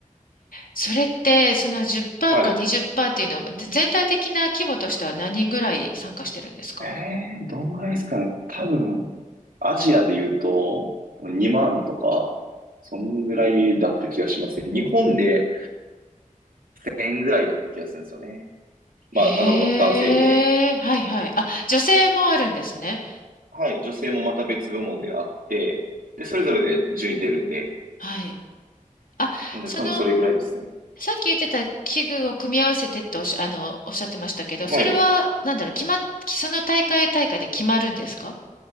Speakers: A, on the left (about 85°); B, on the right (about 90°).
A: それって、その10%
B: はい。
A: か20%っパーセントっていうのは、ぜ全体的な規模としては何人ぐらい参加してるんですか
B: えー、どんぐらいですかね。多分、アジアで言うと、2万とか、そんぐらいだった気がしますね。日本で1000円ぐらいだった気がするんですよね。まあ、
A: へえ、
B: あの、男性で。
A: はいはい。あ、女性もあるんですね。
B: はい、女性もまた別部門であって、で、それぞれで順位出るんで、
A: はい。あ、
B: なんで多分それぐらいですね。
A: その、さっき言ってた器具を組み合わせてっておっしゃ、あの、おっしゃってましたけど、
B: はい。
A: それは、なんだろう、決まっ、その大会大会で決まるんですか